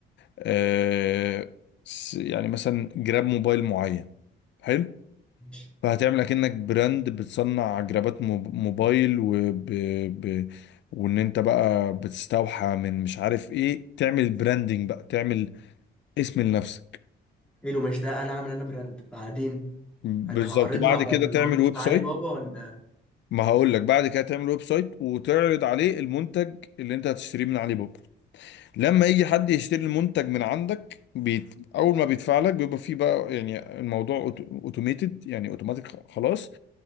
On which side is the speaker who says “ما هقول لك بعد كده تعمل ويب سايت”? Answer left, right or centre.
Left